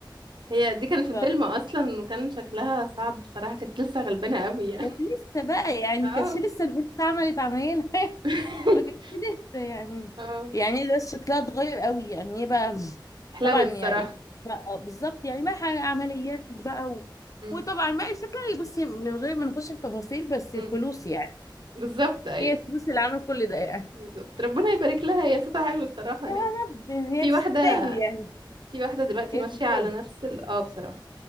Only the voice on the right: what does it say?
هي دي كانت في
فيلم اصلا وكان شكلها صعب بصراحة كانت لسه غلبانة قوي يعني
اه
<laughs>
اه
حلاوة
الصراحة
امم
امم
بالظبط ايوه
بالظبط ربنا يبارك لها هي صوتها حلو الصراحة يعني
في
واحدة
في واحدة دلوقتي
ماشية
على نفس ال اه بصراحة